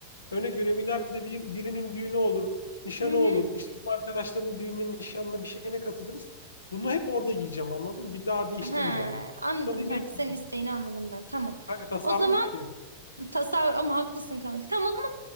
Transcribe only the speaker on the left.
Örnek veriyorum ileride bir, birinin düğünü olur, nişanı
olur. İşte bizim arkadaşların düğününe, nişanına bir şeyine katılırız. Bunu hep orada giyeceğim anladın mı? Bir daha değiştirmeyeceğim
ben.
Alayım
hep
giyeceğiz.
Kanka tasarruf
derim.